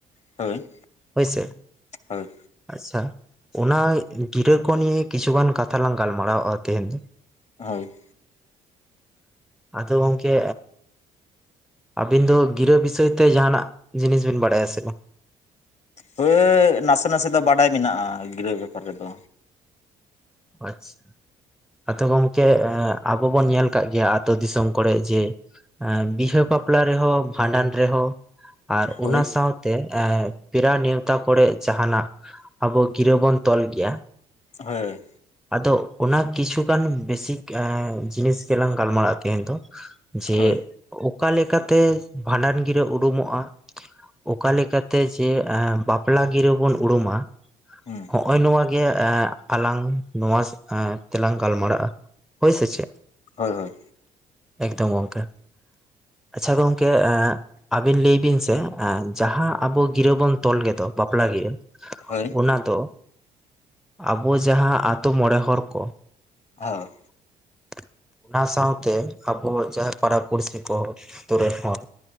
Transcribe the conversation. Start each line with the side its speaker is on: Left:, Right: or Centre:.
Left: ᱦᱳᱭ
Centre: ᱦᱳᱭ ᱥᱮ
Left: ᱦᱳᱭ
Centre: ᱟᱪᱪᱷᱟ ᱚᱱᱟ ᱜᱤᱨᱟᱹ ᱠᱚ ᱱᱤᱭᱮ ᱠᱤᱪᱷᱩᱜᱟᱱ ᱠᱟᱛᱷᱟ ᱞᱟᱝ ᱜᱟᱞᱢᱟᱨᱟᱣᱼᱟ ᱛᱮᱦᱮᱧ ᱫᱚ
Left: ᱦᱳᱭ
Centre: ᱟᱫᱚ ᱜᱚᱝᱠᱮ ᱟᱵᱤᱱ ᱫᱚ ᱜᱤᱨᱟᱹ ᱵᱤᱥᱚᱭ ᱛᱮ ᱡᱟᱦᱟᱸᱱᱟᱜ ᱡᱤᱱᱤᱥ ᱵᱤᱱ ᱵᱟᱲᱟᱭᱟ ᱥᱮ ᱵᱟᱝ
Left: ᱦᱮ ᱱᱟᱥᱮ ᱱᱟᱥᱮ ᱫᱚ ᱵᱟᱰᱟᱭ ᱢᱮᱱᱟᱜᱼᱟ ᱜᱤᱨᱟᱹ ᱵᱮᱯᱟᱨ ᱨᱮᱫᱚ
Centre: ᱟᱪᱪᱷᱟ ᱟᱛ ᱜᱚᱝᱠᱮ ᱟᱵᱚ ᱵᱚᱱ ᱧᱮᱞ ᱠᱟᱜ ᱜᱮᱭᱟ ᱟᱹᱛᱳ ᱫᱤᱥᱚᱢ ᱠᱚᱨᱮ ᱡᱮ ᱵᱤᱦᱟᱹ ᱵᱟᱯᱞᱟ ᱨᱮᱦᱚᱸ ᱵᱷᱟᱸᱰᱟᱱ ᱨᱮᱦᱚᱸ ᱟᱨ
Left: ᱦᱳᱭ
Centre: ᱚᱱᱟ ᱥᱟᱶᱛᱮ ᱛᱮ ᱮ ᱯᱮᱲᱟ ᱱᱮᱣᱛᱟ ᱠᱚᱨᱮ ᱡᱟᱦᱟᱸᱱᱟᱜ ᱟᱵᱚ ᱜᱤᱨᱟᱹ ᱵᱚᱱ ᱛᱚᱞ ᱜᱮᱭᱟ
Left: ᱦᱮᱸ
Centre: ᱟᱫᱚ ᱚᱱᱟ ᱠᱤᱪᱷᱩᱜᱟᱱ ᱵᱮᱥᱤᱠ ᱡᱤᱱᱤᱥ ᱜᱮᱞᱟᱝ ᱜᱟᱞᱢᱟᱨᱟᱜᱼᱟ ᱛᱮᱦᱮᱧ ᱫᱚ ᱡᱮ
Left: ᱦᱳᱭ
Centre: ᱚᱠᱟ ᱞᱮᱠᱟᱛᱮ ᱵᱷᱟᱸᱰᱟᱱ ᱜᱤᱨᱟᱹ ᱩᱰᱩᱢᱚᱜᱼᱟ ᱚᱠᱟ ᱞᱮᱠᱟᱛᱮ ᱡᱮ ᱵᱟᱯᱞᱟ ᱜᱤᱨᱟᱹ ᱵᱚᱱ ᱩᱨᱩᱢᱟ
Left: ᱦᱩᱸ
Centre: ᱦᱚᱸᱜᱼᱚᱭ ᱱᱚᱣᱟᱜᱮ ᱟᱞᱟᱝ ᱱᱚᱣᱟ ᱛᱮᱞᱟᱝ ᱜᱟᱞᱢᱟᱨᱟᱜᱼᱟ ᱦᱳᱭ ᱥᱮ ᱪᱮᱫ
Left: ᱦᱳᱭ ᱦᱳᱭ ᱦᱳᱭ
Centre: ᱮᱠᱫᱚᱢ ᱜᱚᱝᱠᱮ ᱟᱪᱪᱷᱟ ᱜᱚᱝᱠᱮ ᱮ ᱟᱵᱤᱱ ᱞᱟᱹᱭ ᱵᱤᱱ ᱥᱮ ᱡᱟᱦᱟᱸ ᱟᱵᱚ ᱜᱤᱨᱟᱹ ᱵᱚᱱ ᱛᱚᱞ ᱜᱮᱫᱚ ᱵᱟᱯᱞᱟ ᱜᱤᱨᱟᱹ
Left: ᱦᱳᱭ
Centre: ᱚᱱᱟ ᱫᱚ ᱟᱵᱚ ᱡᱟᱦᱟᱸ ᱟᱛᱩ ᱢᱚᱬᱮ ᱦᱚᱲ ᱠᱚ
Left: ᱦᱩᱸ
Centre: <unintelligible> ᱚᱱᱟ ᱥᱟᱶᱛᱮ ᱟᱵᱚ ᱡᱟᱦᱟᱸ ᱯᱟᱲᱟ ᱯᱩᱲᱥᱤ ᱠᱚ ᱟᱹᱛᱩ ᱨᱤᱱ ᱦᱚᱲ